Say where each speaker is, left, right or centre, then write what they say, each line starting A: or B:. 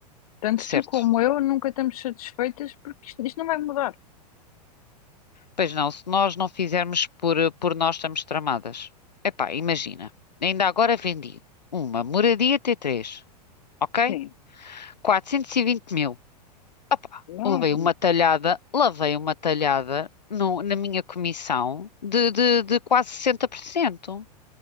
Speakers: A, on the left; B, on the left.
A: Tanto
B: certo?
A: tu como eu nunca estamos satisfeitas porque isto, isto não vai mudar.
B: Pois não, se nós não fizermos por, por nós estamos tramadas. Epá, imagina, ainda agora vendi uma moradia t três ok?
A: Sim,
B: quatrocentos e vinte mil. Opá,
A: não,
B: levei uma talhada, lavei uma talhada no- na minha comissão de, de, de quase sessenta por cento